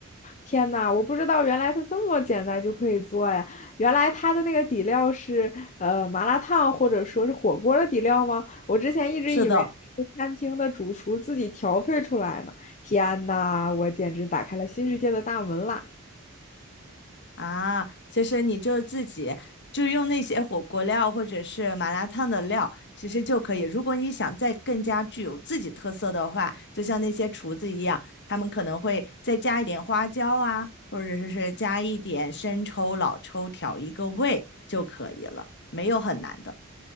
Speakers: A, on the left (about 35°); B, on the left (about 55°).
A: 天呐，我不知道原来它这么简单就可以做呀！原来它的那个底料是呃麻辣烫或者说是火锅的底料吗？我之前一直以为是餐厅的主厨自己调配出来的。
B: 是的。
A: 天呐，我简直打开了新世界的大门啦！
B: 啊，其实你就自己就用那些火锅料或者是麻辣烫的料，其实就可以。如果你想再更加具有自己特色的话，就像那些厨子一样，他们可能会再加一点花椒啊，或者是加一点生抽、老抽，调一个味就可以了，没有很难的。